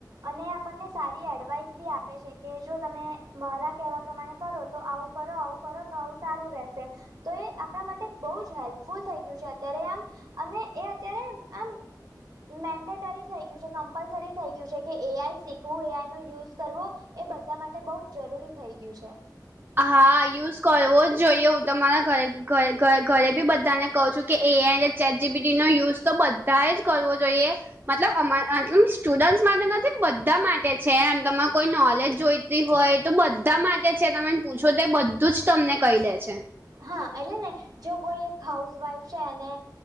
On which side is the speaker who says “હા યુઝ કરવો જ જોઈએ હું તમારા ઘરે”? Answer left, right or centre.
Right